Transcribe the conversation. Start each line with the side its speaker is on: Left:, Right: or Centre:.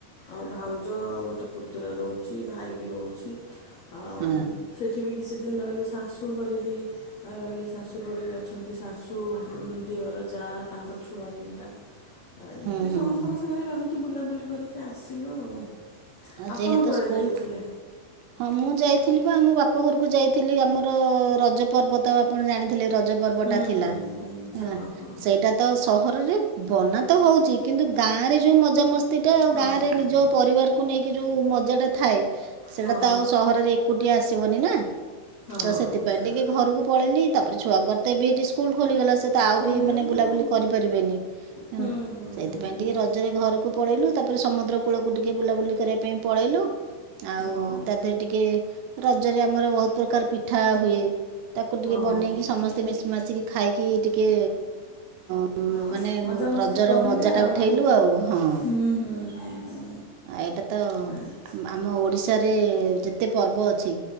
Left: ଆଉ ଭାଉଜ ଗୋଟେ ପୁତୁରା ରହୁଛି ଭାଇ ବି ରହୁଛି। ଆଉ
Right: ହଁ
Left: ସେଠି ବି କିଛି ଦିନ ରହିଲୁ ଶାଶୁ ଶୁଘରେ ବି ରହିଲି ଶାଶୁଘରେ ବି ଅଛନ୍ତି ଶାଶୁ ଦିଅର ଜା ତାଙ୍କ ଛୁଆ ତିନିଟା ଏମିତି
Right: ହୁଁ ହୁଁ
Left: ସମସ୍ତଙ୍କ
Right: ହୁଁ
Left: ସାଙ୍ଗରେ ରହି କି ବୁଲାବୁଲି କରିକି ଆସିଲୁ ଆଉ
Right: ଆଉ
Left: ଆପଣ
Right: ଯେହେତୁ
Left: କୁଆଡେ
Right: ସ୍କୁଲ
Left: ଯାଇଥିଲେ?
Right: ହଁ ମୁଁ ଯାଇଥିଲି ବା ଆମ ବାପ ଘରୁକୁ ଯାଇଥିଲି ଆମର ରଜ ପର୍ବ ତ ଆପଣ ଜାଣିଥିଲେ ର ରଜ ପର୍ବଟା
Left: ହୁଁ
Right: ଥିଲା
Left: ହୁଁ ହୁଁ ହଁ
Right: ହେଲା
Left: ହଁ
Right: ସେଇଟା ତ ସହରରେ ବନା ତ ହଉଚି କିନ୍ତୁ ଗାଁ ରେ ଯୋଉ ମଜାମସ୍ତି ଟା ଆଉ
Left: ହଁ
Right: ଗାଁ ରେ ନିଜ
Left: ହଁ ହଁ
Right: ପରିବାର ନେଇକି ଯୋଉ ମଜା ଟା ଥାଏ ସେଇଟା
Left: ହଁ
Right: ତ ଆଉ ସହରରେ ଏକୁଟିଆ ଆସିବନି ନା।
Left: ହଁ ହଁ
Right: ତ ସେଥିପାଇଁ
Left: ସେଇଆ।
Right: ଟିକେ ଘରୁକୁ ପଳେଇଲି ତାପରେ ଛୁଆଙ୍କର ତ ଏବେ ଏଇଠି ସ୍କୁଲ ଖୋଲିଗଲା ସେ ତ
Left: ଖୋଲିଗଲା
Right: ଆଉ ବି ମାନେ ବୁଲାବୁଲି
Left: ଆଉ
Right: କରିପାରିବେନି। ନା
Left: ହୁଁ
Right: ନା
Left: ହୁଁ
Right: ସେଇଥିପାଇଁ
Left: ହୁଁ
Right: ଟିକେ ରଜରେ ଘରୁକୁ ପଳେଇଲୁ ତାପରେ ସମୁଦ୍ର କୂଳକୁ ଟିକେ ବୁଲାବୁଲି କରିବା ପାଇଁ ପଳେଇଲୁ। ଆଉ
Left: ହଁ
Right: ତା ଦେହରେ ଟିକେ ରଜରେ ଆମର ବହୁତ ପ୍ରକାର ପିଠା ହୁଏ। ତାକୁ ଟିକେ
Left: ହଁ
Right: ବନେଇକି ସମସ୍ତେ ମିଶି ମାଶିିକି ଖାଇକି ଟିକେ ଉଁ
Left: ହଁ
Right: ମାନେ
Left: ମଜାମସ୍ତି
Right: ରଜର
Left: କରିଲେ
Right: ମଜା ଟା
Left: ଆଉ
Right: ଉଠେଇଲୁ ଆଉ ହଁ।
Left: ହୁଁ ହୁଁ ହୁଁ ହୁଁ
Right: ଏଇଟା ତ
Left: ଆଚ୍ଛା
Right: ଆମ ଓଡିଶାରେ ଯେତେ ପର୍ବ ଅଛି